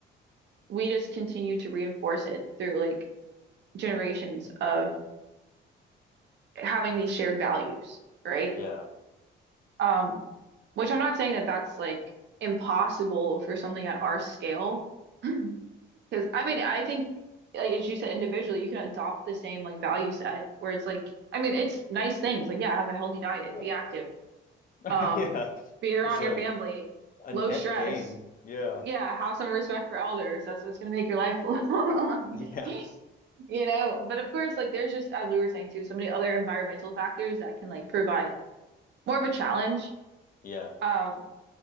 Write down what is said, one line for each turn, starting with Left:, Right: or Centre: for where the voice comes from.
Right: we just continue to reinforce it through like generations of having these shared values right
Left: yeah,
Right: um which I'm not saying that that's like impossible for something at our scale <clears throat> <laughs> because I mean I think like as you said individually you can adopt the same like value set where it's like I mean it's nice things like yeah have a healthy diet
Left: right.
Right: be active
Left: <laughs>
Right: Um,
Left: Yeah.
Right: be around
Left: There's a
Right: your family,
Left: a
Right: low
Left: net
Right: stress.
Left: gain. Yeah.
Right: Yeah, have some respect for elders. That's what's gonna make your life <laughs> a little longer.
Left: <laughs> Yeah.
Right: You know, but of course, like there's just as we were saying too, so many other environmental factors that can like provide more of a challenge.
Left: Yeah.
Right: Um,